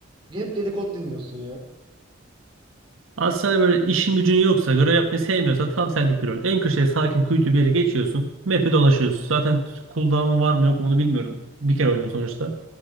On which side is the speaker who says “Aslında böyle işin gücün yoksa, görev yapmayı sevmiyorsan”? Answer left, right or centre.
Right